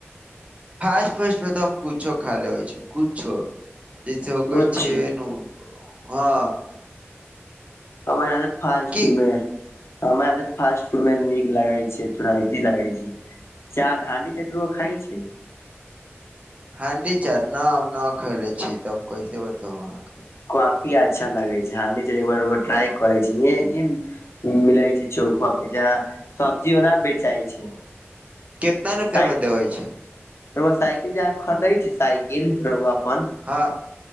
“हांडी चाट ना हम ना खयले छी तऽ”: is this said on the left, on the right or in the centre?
Right